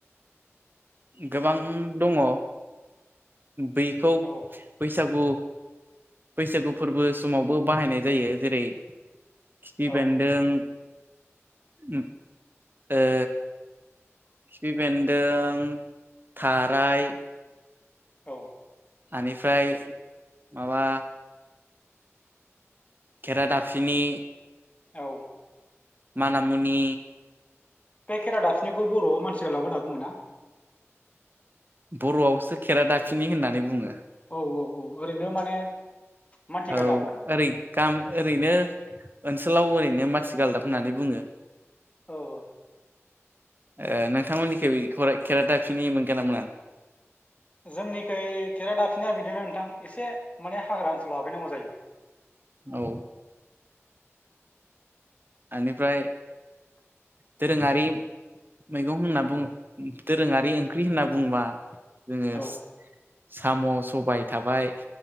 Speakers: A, on the right; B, on the left.
A: गोबां दङ बेखौ
B: औ
A: बैसागु बैसागु फोरबो समावबो बाहायनाय जायो जेरै खिफि
B: औ
A: बेन्दों ओ ए खिफि बेन्दों थाराय
B: औ
A: आनिफ्राय माबा खेरादाफिनि
B: औ
A: मानामुनि
B: बे खेरा दाफिनिखौ बर'आव मानसि गालदाबबो होनना बुङोना?
A: बर'आवसो खेरादाफिनि होननानै बुङो।
B: औ-औ-औ ओरैनो माने मानथि
A: औ
B: गालदाब
A: ओरै गा ओरैनो ओनसोलाव ओरैनो माथि गालदाब होननानै बुङो।
B: औ
A: ओ नोंथांमोननिखै खेरादाफिनि मोनगोनना मोना?
B: जोंनिखै खेरा दाफिनिया बिदिनो नोंथां एसे माने हाग्रा ओनसोलाव हाबहैनांगौ जायो।
A: औ आनिफ्राय दोरोङारि मैगं होनना बुं दोरोङारि ओंख्रि होनना बुंङोबा जोङो
B: औ
A: साम' सबाय थाबाय